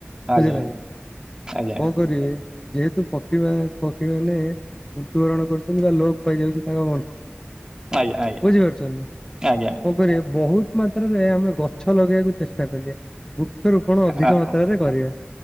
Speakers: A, on the right; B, on the left.
A: ଆଜ୍ଞା
B: ବୁଝିଲେ ନା
A: ଆଜ୍ଞା
B: କଣ କରିବି ଯେହେତୁ ପକ୍ଷୀ ମା ପକ୍ଷୀ ମାନେ ମୃତ୍ୟୁବରଣ କରୁଛନ୍ତି ବା ଲୋପ ପାଇଯାଉଛି ତାଙ୍କ ବଣ
A: ଆଜ୍ଞା। ଆଜ୍ଞା।
B: ବୁଝିପାରୁଛନ୍ତି
A: ଆଜ୍ଞା
B: କଣ କରିବା ବହୁତ ମାତ୍ରାରେ ଆମେ ଗଛ ଲଗେଇବାକୁ ଚେଷ୍ଟା କରିବା। ବୃକ୍ଷରୋପଣ ଅଧିକ
A: ଆଜ୍ଞା
B: ମାତ୍ରାରେ କରିବା।